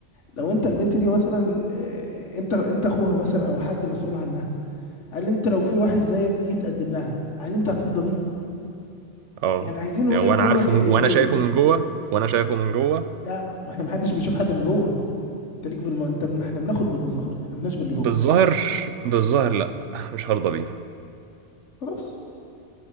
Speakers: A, on the left (about 80°); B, on the right (about 80°).
A: لو انت البنت دي مثلا آه، انت انت اخوها مثلا او حد مسؤول عنها هل انت لو في واحد زيك جيت تقدم لها هل انت هترضى بيه
B: اه
A: يعني عايزين وجهه
B: يعني وانا
A: نظر
B: عارفه
A: حياديه
B: من... وانا شايفه من جوه وانا شايفه من جوه
A: لا ما احنا محدش بيشوف حد من جوه انت ليك بالم... انت من... احنا بناخد بالمظاهر احنا مالناش باللي
B: بالظاهر
A: جوه
B: بالظاهر لا مش هرضى بيه
A: خلاص